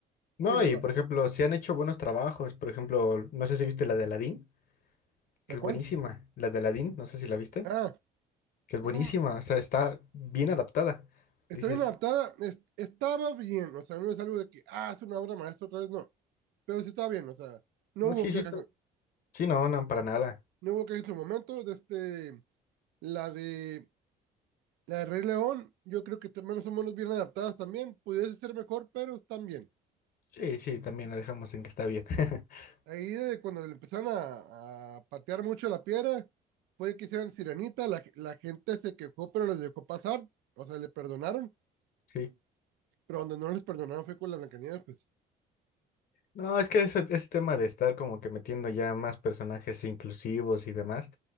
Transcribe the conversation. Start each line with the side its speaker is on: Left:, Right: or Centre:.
Left: No,
Right: Sí, la,
Left: y por ejemplo, se han hecho buenos trabajos. Por ejemplo, no sé si viste la de Aladdin, que
Right: la
Left: es
Right: cual.
Left: buenísima. La de Aladdin, no sé si la viste,
Right: Ah,
Left: que es
Right: mm,
Left: buenísima. O sea, está bien adaptada.
Right: está
Left: Dices,
Right: bien adaptada. es- estaba bien. O sea, no es algo de que, ah, es una obra maestra otra vez, no. pero sí estaba bien, o sea, no
Left: no,
Right: hubo
Left: sí,
Right: quejas,
Left: sí, está- sí, no, no, para nada.
Right: no hubo quejas en su momento, de este, la de, la de Rey León, yo creo que te- menos o menos bien adaptadas también, pudiese ser mejor, pero están bien.
Left: Sí, sí, también la dejamos en que está bien. <laughs>
Right: Ahí de cuando le empezaron a, a patear mucho la piedra, fue que hicieron Sirenita, la, la gente se quejó, pero les dejó pasar, o sea, le perdonaron,
Left: Sí.
Right: pero donde no les perdonaron fue con la Blancanieves, pues,
Left: No, es que ese, ese tema de estar como que metiendo ya más personajes inclusivos y demás,